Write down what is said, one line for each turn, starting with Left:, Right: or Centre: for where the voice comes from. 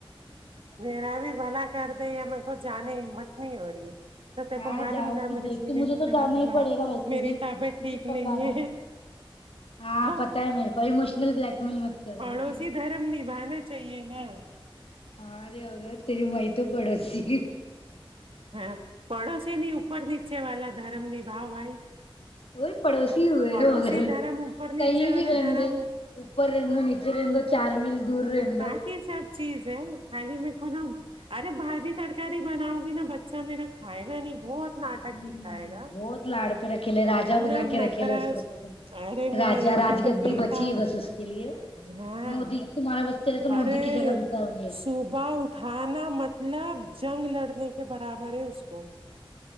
Right: میرا بھی بلا کر دیں یا میرے کو جانے ہمت نہیں ہو رہی ہے تو تیےکو
Left: ہاں
Right: معلوم
Left: جاؤں
Right: نہ
Left: گی
Right: میرے
Left: دیکھ
Right: سینے
Left: کے مجھے
Right: میں
Left: تو
Right: دردہے
Left: جانا ہی پڑے گا ویسے
Right: میری
Left: بھی کیونکہ
Right: طبیعت ٹھیک
Left: پکان
Right: نہیں ہے
Left: ہاں
Right: تو
Left: پتہ ہے میرے کو ایموشنل بلیک میل مت کر
Right: پڑوسی
Left: ابھی
Right: دھرم نبھانا چاہیے نا
Left: ہاں رے اورد تری مئیت پڑوسی
Right: ہاں پڑوسی میں اوپر نیچے والا دھرم نبھاؤ بھائی
Left: وہ پڑوسی ہوئے
Right: پڑوسی
Left: تھے مگر
Right: دھرم اوپر
Left: کہیں
Right: نیچے والا
Left: بھی رہندے
Right: دھرم
Left: اوپر رہندو نیچے رہندو چار میل دور رہنے دو
Right: باقی سب چیز ہے خالی میں کونا ارے باجی ترکاری بناؤں گی نا بچہ میرا کھائے گا نہیں بہت ناٹک
Left: ہوں
Right: بھی کھائے گا
Left: بہت لاڑ پہ رکھے لے راجا بنا
Right: نہ
Left: کے
Right: نخرا
Left: رکھے لے اس کو
Right: ارے
Left: راجا
Right: میرا ایک
Left: راج
Right: ہی تو
Left: گدی
Right: بیٹا
Left: بچی ہے بس اس کے لیے
Right: ہاں
Left: مودی تمہارا بچے رہے تو مودی
Right: ارے
Left: کی جگہ بتائے ہوں گے
Right: صبح اؤ تھانا مطلب جنگ لڑنے کے برابر ہے اس کو